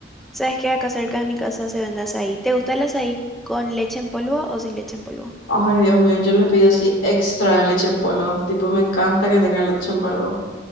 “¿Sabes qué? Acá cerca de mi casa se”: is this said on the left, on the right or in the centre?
Centre